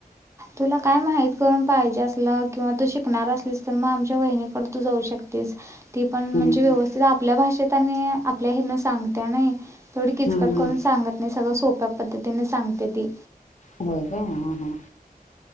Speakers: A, on the right; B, on the left.
A: तुला काय माहित करून पाहिजे असल किंवा तू शिकणार असलीस तर मग आमच्या वहिणीकडे तू जाऊ शकतेस ती पण
B: हम्म
A: म्हणजे व्यवस्थित
B: हम्म
A: आपल्या भाषेत आणि आपल्या हे ना सांगत नाही तेवढी किचकट
B: हम्म हम्म
A: करून सांगत नाही सगं सोप्या पधतीने सांगते ती
B: हो का ह हा